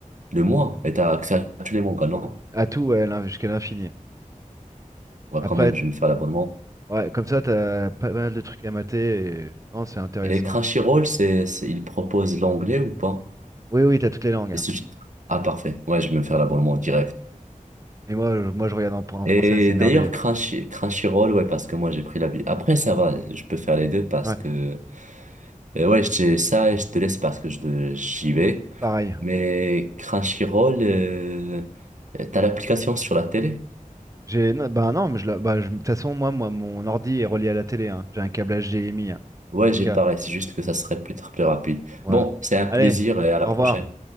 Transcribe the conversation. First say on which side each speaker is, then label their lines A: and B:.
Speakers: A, on the right; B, on the right.
A: Le mois, et t'as accès à tous les mangas, non?
B: À tout, ouais, l'in- jusqu'à l'infini. hein.
A: Ouais,
B: Après,
A: quand même, je vais me faire l'abonnement.
B: ouais, comme ça, t'as pas mal de trucs à mater. et- Non, c'est intéressant.
A: Et Crunchyroll, c'est, c'est, il propose l'anglais ou pas?
B: Oui, oui, t'as toutes les langues.
A: Les
B: hein.
A: sous-titres. Ah, parfait. Ouais, je vais me faire l'abonnement direct.
B: Et moi, je, moi, je regarde en, en
A: Et
B: français, c'est
A: d'ailleurs,
B: merveilleux.
A: Crunchy, Crunchyroll, ouais, parce que moi, j'ai pris la bi- Après, ça va, je peux faire les deux parce
B: Ouais,
A: que, et ouais, je te- ça, et je te laisse parce que je, j'y vais.
B: pareil.
A: Mais Crunchyroll, euh, t'as l'application sur la télé?
B: J'ai, non, bah non, mais je, la- bah, je- de toute façon, moi, moi, mon ordi est relié à la télé. hein. J'ai un câblage HDMI, hein,
A: Ouais,
B: 4K.
A: j'ai pareil, c'est juste que ça serait peut-être plus rapide.
B: Voilà.
A: Bon, c'est un plaisir
B: Allez,
A: et à la
B: au
A: prochaine.
B: revoir.